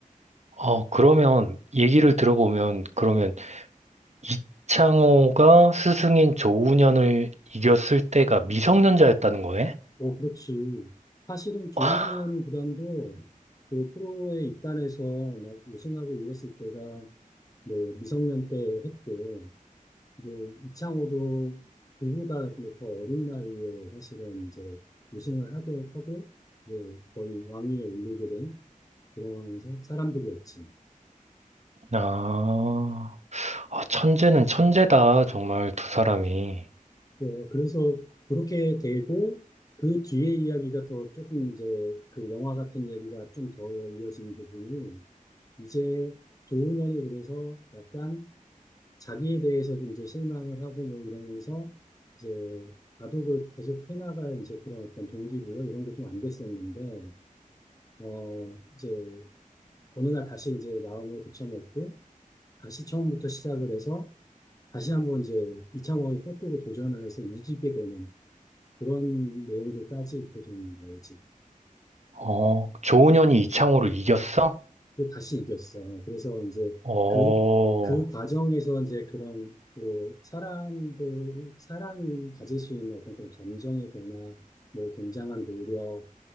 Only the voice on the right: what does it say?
어, 그러면 얘기를 들어보면 그러면 이창호가 스승인 조훈현을 이겼을 때가 미성년자였다는 거네?
<laughs>
아, 아, 천재는 천재다. 정말 두 사람이.
어, 조훈현이 이창호를 이겼어?
어,